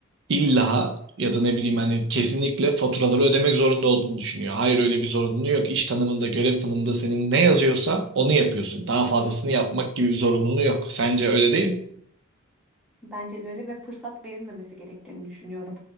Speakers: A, on the right; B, in the centre.
A: illa ya da ne bileyim hani kesinlikle faturaları ödemek zorunda olduğunu düşünüyor. Hayır öyle bir zorunluluğu yok. İş tanımında, görev tanımında senin ne yazıyorsa onu yapıyorsun. Daha fazlasını yapmak gibi bir zorunluluğu yok. Sence öyle değil mi?
B: Bence de öyle ve fırsat verilmemesi gerektiğini düşünüyorum.